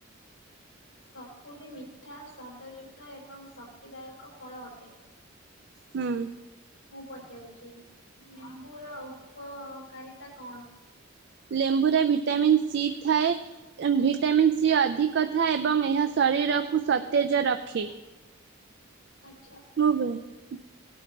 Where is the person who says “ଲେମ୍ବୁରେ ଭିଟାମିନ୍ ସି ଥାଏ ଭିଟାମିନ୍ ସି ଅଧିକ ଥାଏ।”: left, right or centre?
Right